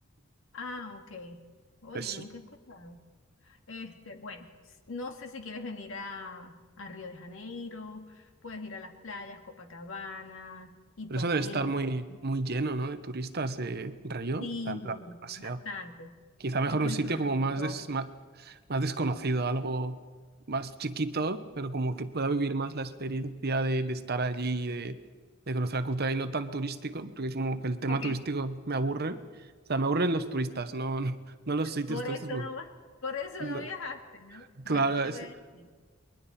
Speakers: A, on the left (about 70°); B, on the right (about 50°).
A: Ah, ok. Oye,
B: Eso.
A: nunca he escuchado. Este, bueno, s- no sé si quieres venir a, a Río de Janeiro, puedes ir a las playas, Copacabana, Ipanema,
B: Pero eso debe estar muy, muy lleno, ¿no? De turistas de Río.
A: sí,
B: En plan, demasiado.
A: bastante.
B: Quizá mejor
A: El Cristo
B: un sitio
A: Redentor.
B: como más, des- ma- más, desconocido, algo más chiquito, pero como que pueda vivir más la experiencia de, de estar allí y de, de conocer la cultura y no tan turístico, porque como que el tema
A: Ok.
B: turístico me aburre. O sea, me aburren los turistas, no, no, no los sitios
A: Por
B: turísticos.
A: eso no vas, por eso
B: no.
A: no viajaste, ¿no? Bueno,
B: Claro,
A: yo te
B: es...
A: voy a decir.